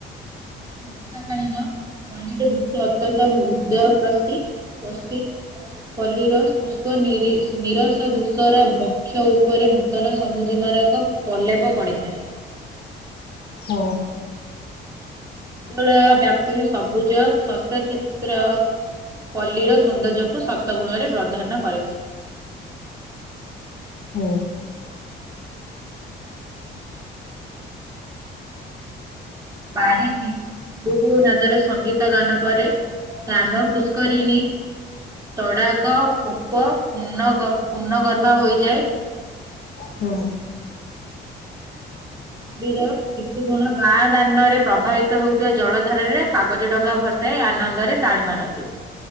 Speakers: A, on the right; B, on the left.
A: ବର୍ଷା କାଳୀନ ପଲ୍ଲୀ ର ଦୃଶ୍ୟ ଅତ୍ୟନ୍ତ ହୃଦୟ ପ୍ରଶି ପ୍ରସି ପଲ୍ଲିର ଶୁଷ୍କ ନିରି ନିରସ ଦୃଶ୍ୟର କ୍ଷ ଉପରେ ନୂତନ ସମୁଜିମାର ଏକ ପ୍ରଲେପ ପଡ଼ିଥାଏ।
B: ହ।
A: ଦଳ ବ୍ୟାପୀ ସବୁଜ ଶସ୍ୟ କ୍ଷେତ୍ର ପଲିିର ସୌନ୍ଦର୍ଯ୍ୟକୁୁ ସତ ଗୁଣ ରେ ପ୍ରଧାନ୍ୟ କରିଥାଏ।
B: ହୁଁ।
A: ବାରିଧି କୁଳୁକୁଳୁ ନାଦର ସଙ୍ଗୀତ ଗାନ କରେ କାମ ପୁଷ୍କରିଣୀ ତଡ଼ାଗ କୋପ ପୂର୍ଣ୍ଣ ଗ ପୂର୍ଣ୍ଣ ଗର୍ଭା ହୋଇଯାଏ।
B: ହୁଁ
A: <unintelligible> ର ଶିଶୁ ଗଣ ଗାଁ ଦାଣ୍ଡରେ ପ୍ରବାହିତ ହେଉଥିବା ଜଳ ଧାରରେ କାଗଜ ଡଙ୍ଗା ଭ ସାଇ ଆନନ୍ଦରେ ତାଳି ମାରନ୍ତି।